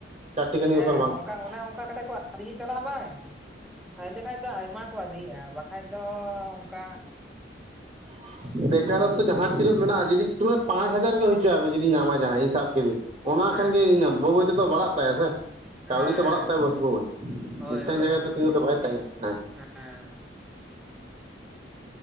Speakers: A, on the right (about 30°); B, in the centre.
A: ᱠᱷᱟᱱᱤ
B: ᱦᱮᱸᱻ
A: ᱵᱮᱯᱟᱨ ᱵᱟᱝ ᱠᱟᱱᱟ
B: ᱚᱝᱠᱟ ᱚᱱᱟ ᱚᱝᱠᱟ ᱠᱟᱛᱮᱜ ᱠᱚ ᱟᱫᱷᱦᱤ ᱪᱟᱞᱟᱜᱼᱟ ᱵᱟᱝ᱾ ᱛᱟᱦᱮᱞᱮ ᱠᱷᱟᱡ ᱫᱚ ᱟᱭᱢᱟ ᱠᱚ ᱟᱫᱷᱤᱜᱼᱟ ᱵᱟᱠᱷᱟᱡ‌ ᱫᱚ ᱚᱱᱠᱟ
A: <inaudible> ᱵᱮᱠᱟᱨ ᱚᱠᱛᱚ ᱡᱟᱦᱟᱸ ᱛᱤᱱᱟᱹᱜ ᱢᱮᱱᱟᱜᱼᱟ, ᱡᱩᱫᱤ ᱛᱚ ᱯᱟᱸᱪ ᱦᱟᱡᱟᱨ ᱜᱮ ᱦᱩᱭ ᱪᱩᱭᱟ ᱢᱮ ᱡᱩᱫᱤ ᱧᱟᱢᱟᱭ ᱡᱟᱦᱟᱸᱭ ᱤᱧ ᱥᱟᱵ ᱠᱤᱫᱤᱧ ᱚᱱᱟ
B: ᱦᱮᱸ
A: ᱠᱷᱟᱱ ᱜᱮ ᱤᱧᱟᱜ ᱵᱟᱹ ᱵᱟᱹᱭ ᱛᱮᱛᱚ ᱵᱟᱲᱟᱜ ᱛᱟᱭᱟ ᱥᱮ
B: ᱦᱮᱸ
A: ᱠᱟᱣᱰᱤ ᱛᱚ ᱵᱟᱲᱟᱜ ᱛᱟᱭᱟ ᱵᱚ ᱦᱚᱭ
B: ᱦᱳᱭ
A: ᱢᱤᱫᱴᱟᱝ
B: ᱦᱳᱭ
A: ᱡᱟᱭᱜᱟ ᱨᱮ
B: ᱦᱳᱭ
A: ᱫᱚ ᱛᱤᱝᱜᱩ ᱛᱮ ᱵᱟᱭ ᱛᱮᱦᱮᱸᱭᱟ ᱛᱟᱦᱮᱸᱱᱟ
B: ᱦᱮᱸ